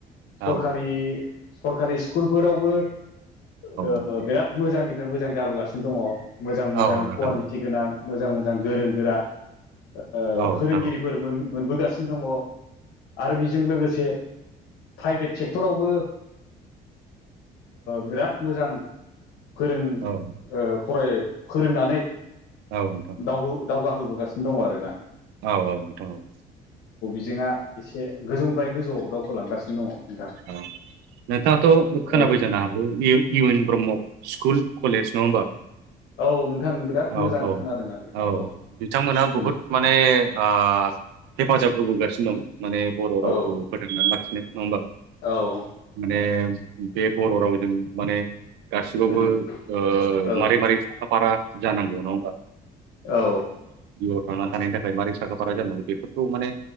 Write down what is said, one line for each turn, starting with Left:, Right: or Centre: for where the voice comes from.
Left: सरखारि
Right: औ
Left: सरखारि स्कुलफोरावबो ओ
Right: नोंथां
Left: बिराद मोजांनिफ्राय मोजां जाबोगासिनो दङ। मोजां मोजां
Right: औ नोंथां
Left: कुवालिटि
Right: औ नोंथां औ नोंथां
Left: गोनां मोजां मोजां गोरों गोरा ओ
Right: औ
Left: फोरोंगिरिफोर
Right: नोंथां
Left: मोन मोनबोगासिनो दङ दा बेजों लोगोसे प्राइभेट सेक्टरावबो अ बिराद मोजां फोरों
Right: औ
Left: ओ फराय फोरोंनानै
Right: औ नोंथां
Left: दाव दावगाहोबोगा दङ आर ना।
Right: औ औ नोंथां औ
Left: बिथिङा एसे गोजौनिफ्राय गोजौआव दावखोलांगासिनो दङ। नोंथां
Right: औ। नोंथाङाथ' खोनाबाय
Left: औ
Right: जानो हागौ U N Brahma school college नङा होनबा।
Left: औ नोंथां बिराद
Right: औ
Left: मोजां
Right: औ
Left: खोनादों आं बेखौ
Right: औ बिथांमोना
Left: उम
Right: बहुद माने ओ हेफाजाब होबोगासिनो दं माने बर' रावखौ
Left: औ
Right: फोथांनानै लाखिनो नङा होमबा।
Left: औ
Right: जे बे बर' रावजों माने गासिबावबो
Left: उम
Right: ओ
Left: औ
Right: मारै मारै साखा फारा जानांगौ नङा होमबा
Left: औ
Right: ओ थांना थानायनि थाखाय मारै साखाफारा जानांगौ बेफोरखौ माने